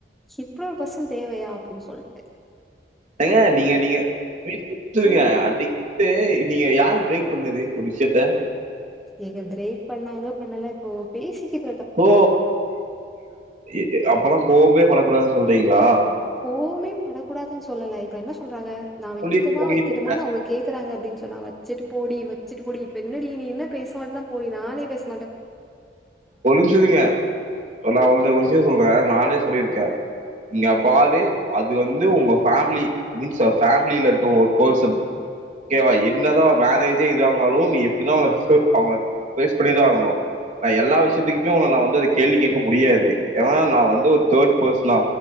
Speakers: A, in the centre; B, on the right.
A: இப்டி ஒரு பசன் தேவையா அப்படின்னு சொல்லிட்டு
B: ஏ நீங்க நீங்க <unintelligible>
A: சொல்லுங்க
B: அ நீங்க யாரு பிரேக் சொன்னது ஒரு விஷயத்த
A: ஏங்க பிரேக் பண்ணாங்க பண்ணலா இப்போ பேசிக்கிட்
B: ஓ ஏ அப்பல்லா போமே படக்கூடாது சொல்றீங்ளா
A: கோவமே படக் கூடாதுன் சொல்லலா இப்ப என்ன சொல்றாங்க நா வெக்கிட்டுமா
B: சொல்லி உங்ககிட்ட
A: வெக்கட்டுமானு அவுங்க கேக்குறாங்க அப்டின் சொன்னா வெச்சிட்டு போடி வெச்சிட்டு போடி இப்பன்னடி நீ என்ன பேச மாட்னா போடி நானே பேசு
B: ஒரு நிம்ஷோ இருங்க நா ஒன்னு ஒரு விஷ்யோ சொல்றே நானே சொல்லியிருக் கே இங்கப்பாடு அது வந்து உங்க ஃபேமிலி மீன்ஸ் ஃபேமிலில இருக்க ஒரு பர்சன் ஓகேவா என்னதா மேரேஜே இதனாலு நீ எப்டிதா அவுங்கள செ அவுங்கள ஃபேஸ் பண்ணிதா ஆகனு நா எல்லா விஷ்யத்க்குமே உன்ன நா வந்து அத கேள்வி கேக்க முடியாது ஏனா நா வந்து ஒரு தேர்ட் பர்ஸ்னா